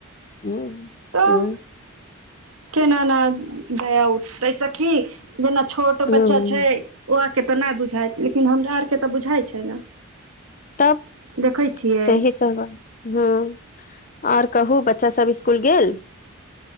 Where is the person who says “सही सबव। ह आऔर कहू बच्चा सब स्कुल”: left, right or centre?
Left